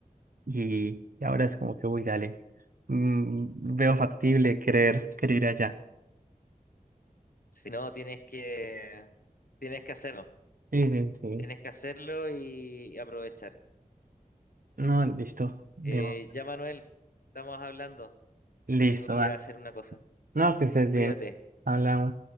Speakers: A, on the right; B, on the left.
A: y, y ahora es como que, uy, dale, mm, veo factible querer, querer ir allá.
B: si no, tienes que, tienes que hacerlo.
A: Sí, sí, sí.
B: Tienes que hacerlo y, y aprovechar.
A: No, listo. Demo.
B: Eh, ya, Manuel, estamos hablando.
A: Listo,
B: Me tengo que
A: dale.
B: ir a hacer una cosa.
A: No, que estés
B: Cuídate.
A: bien. Hablamos.